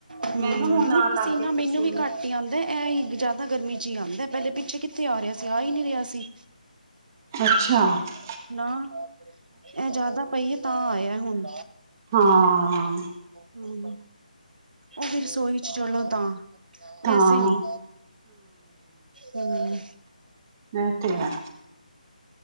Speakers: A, on the right (about 75°); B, on the right (about 20°).
A: ਹੂੰ!
B: ਮੈਨੂੰ
A: ਨਹੀਂ
B: ਹੁਣ ਆਣ ਲੱਗ
A: ਪਸੀਨਾ
B: ਗਏ
A: ਮੈਨੂੰ
B: ਪਸੀਨੇ।
A: ਵੀ ਘੱਟ ਹੀ ਆਂਦਾ। ਐ ਇਹ ਹੀ ਗ ਜ਼ਿਆਦਾ ਗਰਮੀ 'ਚ ਹੀ ਆਂਦਾ, ਪਹਿਲੇ ਪਿੱਛੇ ਕਿੱਥੇ ਆ ਰਿਹਾ ਸੀ ਆ ਹੀ ਨੀ ਰਿਹਾ ਸੀ।
B: ਅੱਛਾ-ਅੱਛਾ
A: ਨਾ! ਐਹ ਜ਼ਿਆਦਾ। ਪਈ ਏ, ਤਾਂ ਆਇਆ ਹੁਣ।
B: ਹਾਂ! ਆ।
A: ਹਮ ਉਹ ਵੀ ਰਸੋਈ 'ਚ ਚਲੋ ਤਾਂ ਵੈਸੇ
B: ਹੂੰ
A: ਨੀ। ਹੂੰ!
B: ਐਹ ਤੇ ਹੈ।